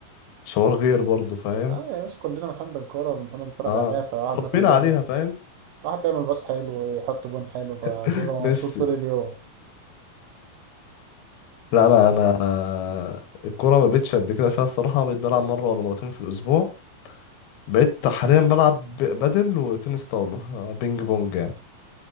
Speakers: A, on the left; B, on the right.
A: شعور غير برضه فاهم
B: اه يا باشا كلنا بنحب الكورة وبنحب نتفرج
A: اه
B: عليها فالواحد
A: اتربينا
B: مثلا بيعمل
A: عليها فاهم
B: واحد بيعمل باص حلو ويحط جون حلو فبيبقى
A: <laughs> ميسي
B: مبسوط طول اليوم
A: لا
B: فاهم
A: أنا أنا آه، الكورة ما بقتش قد كده فيها الصراحة بقيت بلعب مرة ولا مرتين في الأسبوع بقيت حاليا بلعب ب- بدل وتنس طاولة آه، بينج بونج يعني